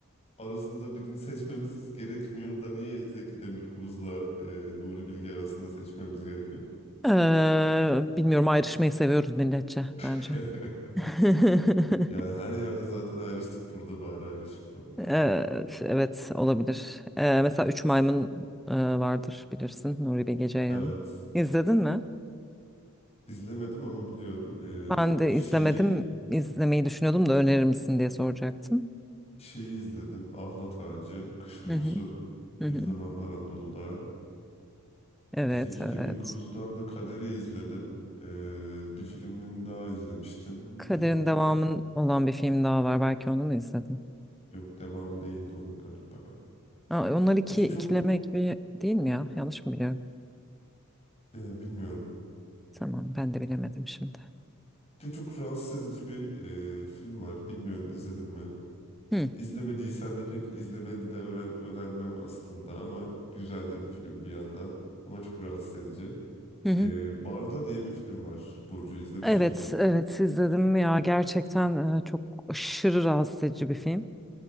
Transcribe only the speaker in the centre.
Ee, bilmiyorum ayrışmayı seviyoruz milletçe
bence. <laughs>
Evet,
evet olabilir. Ee, mesela Üç Maymun e, vardır bilirsin Nuri Bilge Ceylan.
İzledin mi?
Ben de
izlemedim. İzlemeyi düşünüyordum da önerir misin diye soracaktım.
Hı hı. Hı
hı.
Evet,
evet.
Kaderin
devamının olan bir film daha var. Belki onu mu izledin?
Aa, onlar iki
ikileme gibi değil mi ya? Yanlış mı biliyorum?
Tamam, ben de bilemedim şimdi.
Hı
hı. hı.
Evet,
evet izledim ya. Gerçekten e, çok aşırı rahatsız edici bir film.